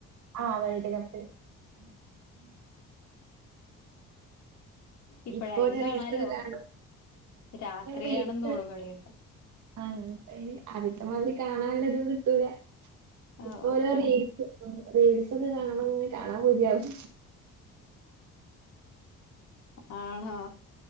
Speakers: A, on the right; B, on the left.
A: ആഹ വേൾഡ് കപ്പ്
B: ഇപ്പഴായാലും
A: ഇപ്പോല
B: കാണാലോ
A: റേസ് ഒ കാണും
B: രാത്രിയാണെന്ന്
A: റീൽസ്
B: തോണു കളിയൊക്കെ
A: ആഹ അത്യ ത്തമാതിരി കാണ്ണാൻ ലതും കിട്ടൂല
B: ഓ
A: ഇപ്പോലോ
B: ഓ
A: റീൽസ് റീൽസ്ന്നെ കാണണം അങ്ങനെ കാണാ പൂതിയാവും
B: ആണഹോ